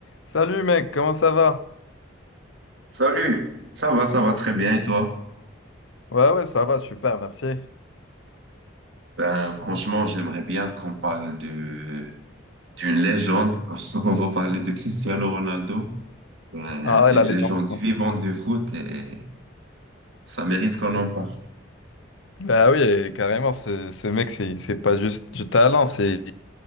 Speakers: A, on the left; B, on the right.
A: Salut mec, comment ça va?
B: Salut, ça va, ça va très bien et toi?
A: Ouais, ouais, ça va, super, merci.
B: Ben, franchement, j'aimerais bien qu'on parle de d'une légende. <laughs> On va parler de Cristiano Ronaldo. Ben,
A: Ah
B: c'est
A: ouais, la
B: une
A: légende.
B: légende vivante de foot et ça mérite qu'on en parle.
A: Bah oui, et carrément, ce, ce mec, c'est c'est pas juste du talent, c'est